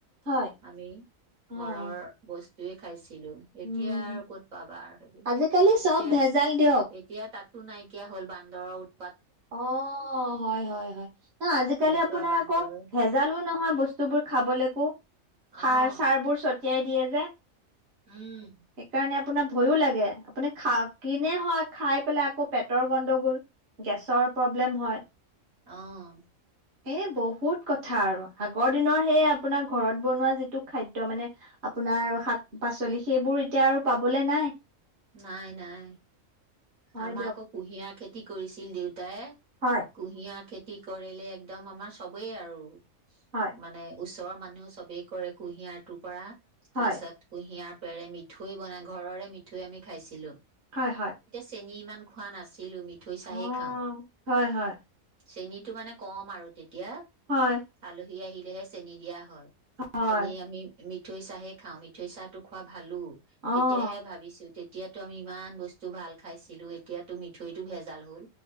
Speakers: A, on the right; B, on the right.
A: হয়,
B: আমি
A: অ',
B: ঘৰৰ বচ যি খাইছে খাইছিলো
A: উম।
B: এতিয়া আৰু ক'ত পাবা সেইবোৰ
A: আজিকালি চব
B: এতিয়া
A: ভেজাল দিয়ক,
B: এতিয়া তাত টো নাইকিয়া হ'ল বান্দৰ উৎ
A: অহ, হয়, হয হয়। ন আজিকালি
B: এনেকুৱা
A: আপ্ আপোনাৰ
B: বান্দৰ
A: আকৌ ভেজালো নহয় বস্তুবোৰ খাবলৈকো
B: অ'
A: সাৰ চাৰ বোৰ পঠিয়াই দিয়ে যে।
B: উম।
A: সেইকাৰণে আপোনাৰ ভয়ো লাগে আপুনি খা কিনে হয় খাই পেলাই আকৌ পেটৰ গণ্ডগোল গেছৰ প্ৰব্লেম হয়
B: অহ।
A: এ বহুত কথা আৰু। আগৰ দিনৰ সেই আপোনাৰ ঘৰত বনোৱা যিটো খাদ্য মানে আপোনাৰ শাক-পাছলি সেইবোৰ এতিয়া আৰু পাবলে নাই।
B: নাই নাই
A: হয়
B: আমাৰ
A: দিয়ক,
B: আকৌ কুঁহিয়াৰ খেতি কৰিছিল দেউতাই,
A: হয়,
B: কুঁহিয়াৰ খেতি কি কৰিলে একদম আমাৰ সবেই আৰু
A: হয়।
B: মানে উচ তৰ মানুহ সবেই কৰে কুঁহিয়াৰটোৰ পৰা।
A: হয়,
B: তাৰছত কুঁহিয়াৰ তাৰে মিঠৈ বনাই ঘৰৰে মিঠৈ আমি খাইছিলোঁ।
A: হয় হয়
B: চেনি ইমান খোৱা নাছিল পেলোঁ মিঠৈ চাহেই
A: অ'।
B: খাওঁ।
A: হয়, হয়,
B: চেনিটো মানে কম আৰু তেত তিয়া
A: হয়,
B: আলহী আহিল লেহে চেনি দিয়া হয়।
A: হয়,
B: এনেই আমি মিঠ মিঠৈ চাহে খাওঁ মিঠৈ চাহটো খোৱা ভালো
A: অ',
B: এতিয়াহে ভাবিছো তেতিয়া এতিয়াতো আমি ইমান বস্তু ভাল খাইছিলোঁ, এতিয়াতো মিঠৈতটো ভেজাল হ'ল।